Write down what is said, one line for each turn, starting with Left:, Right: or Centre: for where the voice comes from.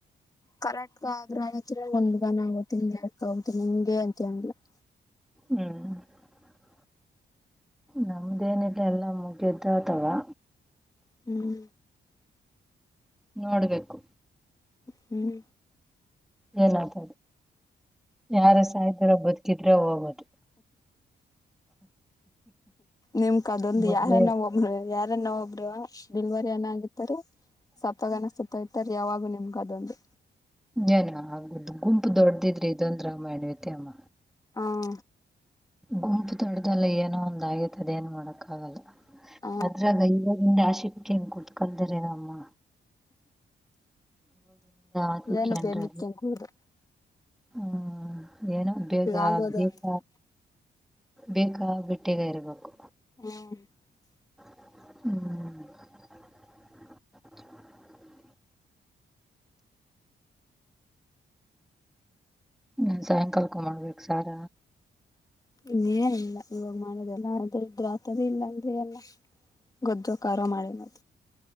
Left: ಕರೆಕ್ಟ್ ಆದ್ರ ಆಗುತ್ರಿ ಒಂದ್ಗನ ಆಗತಿ ಯಕ್ ಆಗತಿ ಇಂಗೆ ಅಂತ ಏನಿಲ್ಲ. <inaudible>
Centre: ಹ್ಮ್ ನಮ್ದೇನಿಲ್ಲ ಎಲ್ಲ ಮುಗ್ಯದ್ ಅತವಾ
Left: ಹ್ಮ್
Centre: ನೋಡ್ಬೇಕು.
Left: ಹ್ಮ್
Centre: ಏನ್ತದೆ ಯಾರ ಸಾಯತರ ಬದುಕಿದ್ರೆ ಹೋಗೋದು
Left: ನಿಮ್ಗ್ ಅದೊಂದ್
Centre: ಮೊದ್ಲೇ
Left: ಯಾರನ ಒಬ್ರು ಯಾರ್ ದನ್ನ ಒಬ್ರು ಡಿಲ್ವರಿ ಅನ ಆಗುತ್ತರಿ ಸತ್ತೋಗಾನ ಸತ್ತೋಯ್ತಾರೆ ಯಾವಾಗು ನಿಮ್ ಕದೊಂದು
Centre: ಏನ ಆಗದು ಗುಂಪು ದೊಡ್ಡ್ದಿದ್ರಿ ಇದೊಂದ್ ರಾಮಾಯಣ ಐತ್ರಿ ಅಮ್ಮ.
Left: ಹಾಂ
Centre: ಗುಂಪು ದೊಡ್ದಲ್ಲ ಏನೋ ಒಂದ್ ಆಗೋಯ್ತದ ಏನ್ ಮಾಡಕ್ಕಾಗಲ್ಲ.
Left: ಹ
Centre: ಮದುವೆ ಆದಾಗಿಂದ ಯಾ ಶಿಫ್ಟ್ಗೂ ಹಿಂಗ್ ಕೂತ್ಕಂದಿರಲ್ಲಮ್ಮ ಆಶಿಕ್ಯೆನ್ರ
Left: ಏನು ಬೇಂಬಿಕ್ಕ ಕೂುದು
Centre: ಹ್ಮ್ ಏನೋ ಬೇಗ
Left: ಆಗೋದು
Centre: ಬೇಕ
Left: ಆಗಲ್ಲ
Centre: ಬೇಕಾ ಬಿಟ್ಟಗ ಇರಬೇಕು
Left: ಹ್ಮ
Centre: ಹ್ಮ್ ನ ಸಾಯಂಕಾಲಕೊ ಮಾಡ್ಬೇಕು ಸಾರ
Left: ಇನ್ನೇನಲ್ಲ ಇವಾಗ ಮಾಡೋದೆಲ್ಲ ಅ್ರ ಇದ್ರ ಆತದ ಇಲ್ಲಾ ಅಂದ್ರೆ ಎಲ್ಲ ಗೊ್ದೋ ಕಾರೋ ಮಾಡ ನ